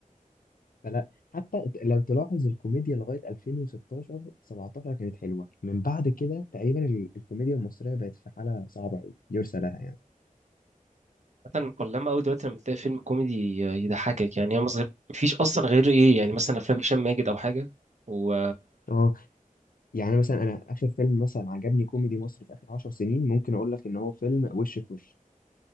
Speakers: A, on the left; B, on the right.
A: فلا حتى لو تلاحظ الكوميديا لغايه 2016 17 كانت حلوه من بعد كده تقريبا ال- الكوميديا المصريه بقت في حاله صعبه قوي يرثى لها يعني
B: مثلا قلما قوي دلوقتي لما تلاقي فيلم كوميدي يضحكك يعني انا صغير مفيش اصلا غير ايه يعني مثلا افلام هشام ماجد او حاجه و
A: اه يعني مثلا انا اخر فيلم مثلا عجبني كوميدي مصري في اخر 10 سنين ممكن اقول لك ان هو فيلم وش في وش